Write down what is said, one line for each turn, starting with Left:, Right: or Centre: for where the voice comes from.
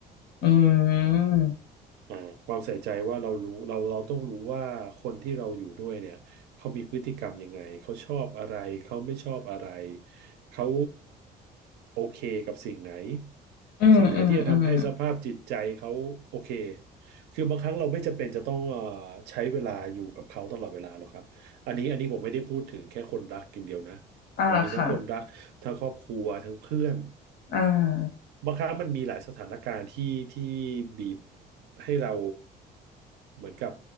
Left: อืม
Right: อ่าความใส่ใจว่าเรารู้เราเราต้องรู้ว่าคนที่เราอยู่ด้วยเนี่ยเขามีพฤติกรรมยังไงเขาชอบอะไรเขาไม่ชอบอะไรเขาโอเคกับสิ่งไหน
Left: อืมอืมอืม
Right: สิ่งไหนที่จะทำให้สภาพจิตใจเขาโอเคคือบางครั้งเราไม่จำเป็นจะต้องเอ่อใช้เวลาอยู่กับเขาตลอดเวลาหรอกครับอันนี้อันนี้ผมไม่ได้พูดถึงแค่คนรักอย่างเดียวนะ
Left: อ่าค่ะ
Right: อ่ะมีทั้งคนรักทั้งครอบครัวทั้งเพื่อน
Left: อ่า
Right: บางครั้งมันมีหลายสถานการณ์ที่ที่บีบให้เราเหมือนกับ